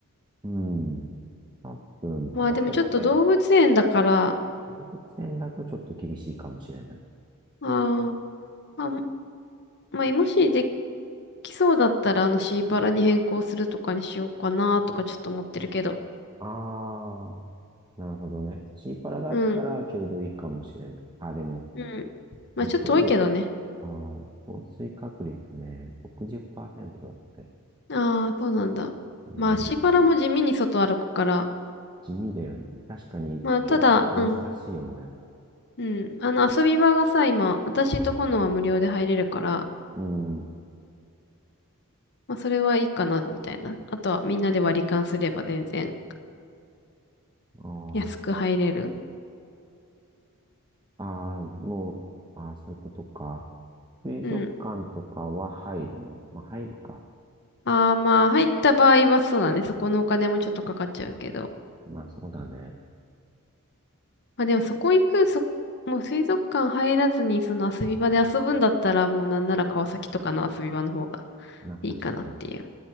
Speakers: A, on the right; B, on the left.
A: うん。多分、
B: まあ、
A: あ、
B: でもちょっと動物園だから、
A: でもね、動物園だとちょっと厳しいかもしれない。
B: あーまあ、まあ、もしできそうだったら、あの、シーパラに変更するとかにしようかな、とかちょっと思ってるけど。
A: ああ、なるほどね。シーパラだったらちょうどいいかもしれない。
B: うん、
A: あ、でも、
B: うん。まあ、
A: 日曜日、
B: ちょっと遠いけどね。
A: あー、降水確率ね、60%だって。
B: ああ、そうなんだ。
A: うん、
B: まあ、シーパラも地味に外歩くから、
A: 地味で、確かに、
B: まあ、
A: ちょ、
B: ただ、
A: 難しいよね。
B: うん、うん。あの、遊び場がさ、今、私と炎は無料で入れるから、
A: うん。
B: まあ、それはいいかな、みたいな。あとは、みんなで割り勘すれば全然
A: あ
B: 安く入れる。
A: あ、ああもう、ああ、そういうことか。水族館とかは入るのまあ、
B: うん。
A: 入るか。
B: ああ、まあ、入った場合はそうだね。そこのお金もちょっとかかっちゃうけど。
A: まあ、そうだね。
B: まあ、でも、そこ行く、そ、もう水族館入らずに、その遊び場で遊ぶんだったら、もうなんなら川崎とかの遊び場の方が
A: まあ、
B: いいかなっていう。
A: 確かに。